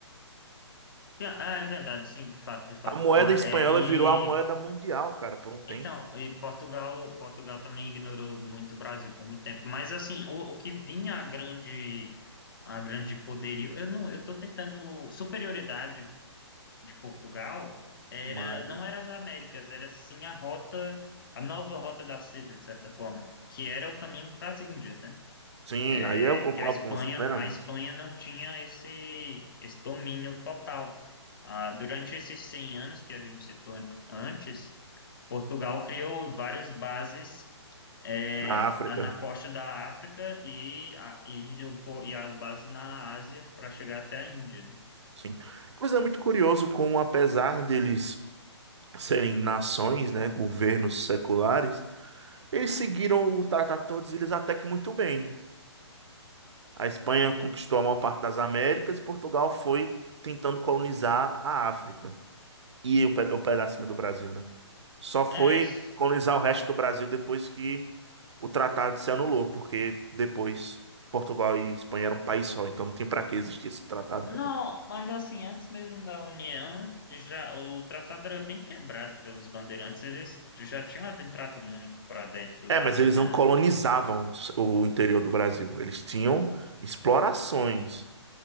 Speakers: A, on the left; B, on the right.
A: Ah, é verdade, sim, de fato, de fato.
B: A moeda
A: Mas,
B: espanhola
A: é, e
B: virou a moeda mundial, cara, por um tempo.
A: Então, e Portugal, Portugal também ignorou muito o Brasil por muito tempo. Mas assim, o, o que vinha a grande, a grande poderio, eu não, eu tô tentando superioridade de Portugal era
B: Mas
A: não era as Américas, era sim a rota, a nova rota da seda, de certa forma, que era o caminho para as Índias, né?
B: sim, aí
A: É
B: eu concordo
A: que a Espanha,
B: com você plenamente.
A: a Espanha não tinha esse, esse domínio total. Ah, durante esses 100 anos que a gente citou an- antes, Portugal criou várias bases eh,
B: Na África,
A: na costa da África e, a- e, o po- e as bases na Ásia para chegar até a Índia. né?
B: sim. Coisa muito curioso como apesar deles serem nações, né, governos seculares Eles seguiram o Tratado de Tordesilhas até que muito bem. A Espanha conquistou a maior parte das Américas e Portugal foi tentando colonizar a África e o, pe- o pedacinho do Brasil, né? Só foi
A: É, s-
B: colonizar o resto do Brasil depois que o tratado se anulou, porque depois Portugal e Espanha eram um país só, então não tem para que existir esse tratado.
A: não, mas assim, antes mesmo da União, já o tratado era bem quebrado pelos bandeirantes, eles já tinham entrado muito para dentro
B: É,
A: da
B: mas
A: linha
B: eles não colonizavam o interior do Brasil. Eles tinham explorações.